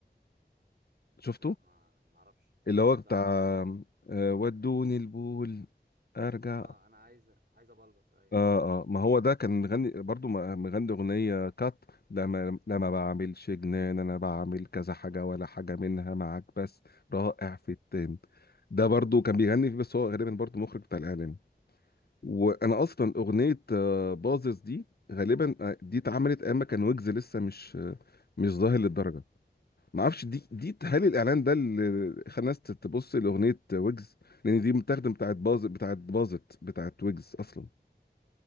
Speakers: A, on the left; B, on the right.
A: شفته
B: لا ما ما اعرفش
A: اللي هو بتاع
B: لا لا
A: آه، ودوني البول ارجع
B: اه انا عايز عايز ابلبط ايوه
A: اه اه ما هو ده كان مغني برضو م- مغني اغنيه كات لما لما بعملش جنان انا بعمل كذا حاجه ولا حاجه منها معاك بس رائع في التين ده برضو كان بيغني فيه بس هو غالبا برضو مخرج بتاع الاعلام وانا اصلا اغنيه آه، باظظ دي غالبا آه، دي اتعملت اما كان ويجز لسه مش آه، مش ظاهر للدرجه ما اعرفش دي دي هل الاعلان ده اللي خلى الناس تبص لاغنيه ويجز لان دي متاخده بتاعت باظ بتاعت باظت بتاعت ويجز اصلا